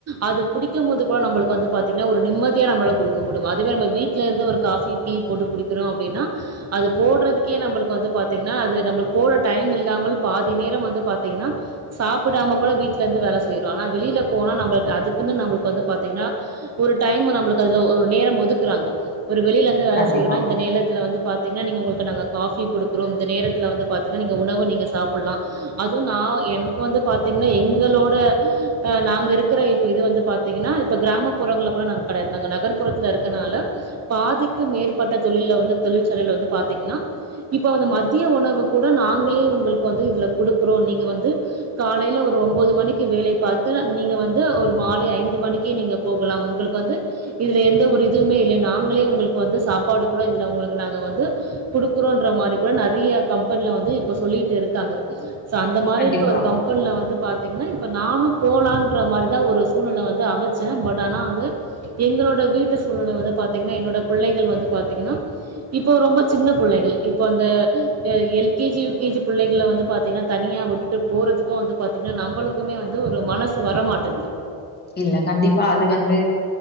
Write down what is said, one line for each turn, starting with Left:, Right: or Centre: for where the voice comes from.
Right: அது குடிக்கோ போது கூட நமளுக்கு வந்து பாத்தீங்னா ஒரு நிம்மதிய நம்மளால குடிக்க முடியும் அதுவே நம்ம வீட்ல இருந்து ஒரு காஃபி டீ போட்டு குடிக்கிறோ அப்டின்னா அது போடுறதுக்கே நமளுக்கு வந்து பாத்தீங்னா அது நம்ம போட டைம் இல்லாமல் பாதி நேரம் வந்து பாத்தீங்னா சாப் அப் டாம கூட வீட்ல இருந்து வேல செய்றோ ஆனா வெளில போனா நம்ம அதுக்குன்னு நம்மளுக்கு வந்து பாத்தீங்னா ஒரு டைம் நம்மளுக்கு அதுல ஒரு நேரம் ஒதுக்குறாங்க ஒரு வெளியில இருந்து வேல
Left: கண்டிப்பா,
Right: செய்றோனா இந்த நேரத்துல வந்து பாத்தீங்னா நீங்க உங்களுக்கு நாங் காஃபி குடுக்குறோ இந்த நேரத்தில வந்து பாத்தீங்னா நீங்க உணவு நீங்க சாப்ல்லா அதுவு நா எனக் வந்து பாத்தீங்னா எங்களோட அ நாங்க இருக்கிற இப்ப இது வந்து பாத்தீங்னா இப்ப கிராமப்புறங்கள கூட நாங்க கடையாது நாங்க நகர்ப்புறத்துல இருக்கறனால பாதிக்கு மேற்பட்ட தொழில வந்து தொழிற்சலையில வந்து பாத்தீங்னா இப்ப வந் மதிய உணவு கூட நாங்களே உங்களுக்கு வந்து இதுல குடுக்குறோ நீங்க வந்து காலையில ஒரு ஒன்போது மணிக்கு வேலைய பாத்து நீங்க வந்து ஒரு மாலை ஐந்து மணிக்கே நீங்க போகலாம் உங்களுக்கு வந்து இதுல எந்த ஒரு இதுவுமே இல்லை நாங்களே உங்களுக்கு வந்து சாப்பாடு கூட இதுல உங்களுக்கு நாங்க வந்து குடுக்குறோம்ன்ற மாரி கூட நெறைய கம்பெனில வந்து இப்ப சொல்லிட்டு இருக்காங்க ஸோ அந்த மாரி
Left: கண்டிப்பா.
Right: இருக்க ஒரு கம் நா வந்து பாத்தீங்னா இப்போ நானு போலான்ற மாரிதா ஒரு சூழ்நில வந்து அமைச்சே பட் ஆனா வந்து எங்களோட வீட்டு சூழ்நிலை வந்து பாத்தீங்னா என்னோட பிள்ளைகள் வந்து பாத்தீங்னா இப்போ ரொம்போ சின்ன புள்ளைகள் இப்ப அந்து அ L K G U K G பிள்ளைகள வந்து பாத்தீங்னா தனியா விட்டுட்டு போர் இப்போ வந்து பாத்தீங்னா நம்மளுக்குமே வந்து ஒரு மனசு வரமாட்டென்து
Left: இல்ல கண்டிப்பா அது வந்து